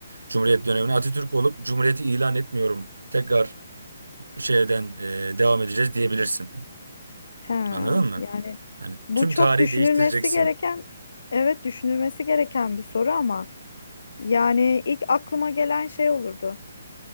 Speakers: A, on the right; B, on the left.
A: Cumhuriyet dönemine Atatürk olup Cumhuriyeti ilan etmiyorum. Tekrar şeyden eee, devam edeceğiz diyebilirsin.
B: Ha,
A: Anladın mı?
B: yani
A: Yani
B: Bu
A: tüm
B: çok
A: tarihi
B: düşünülmesi
A: değiştireceksin.
B: gereken, evet düşünülmesi gereken bir soru ama yani ilk aklıma gelen şey olurdu.